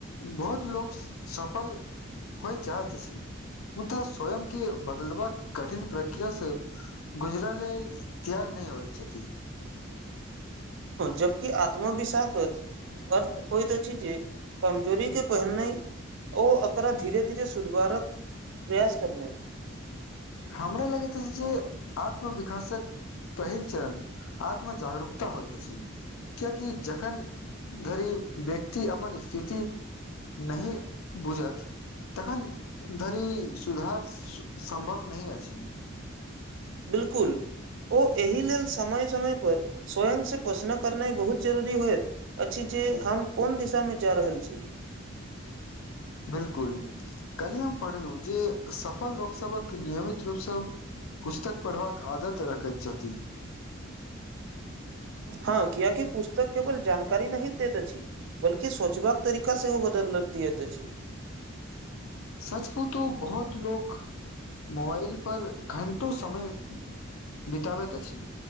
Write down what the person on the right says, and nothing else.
जबकि आत्मा विशाक्त अछि। अर्थ होइत अछि जे, कमजोरी के पहिने। ओ एककरा धीरे -धीरे सुधारक प्रयास करनै।
बिलकुल। ओ एहि लेल समय समय पर स्वयंसँ क्वसचन करनाइ बहुत जरूरी होइत अछि। जे हम कोन दिशामे जा रहल छी।
हँ कियकि पुस्तक केवल जानकारी नही दैत अछि बल्कि सोचबाक तरीका सेहो बदल दियत अछि।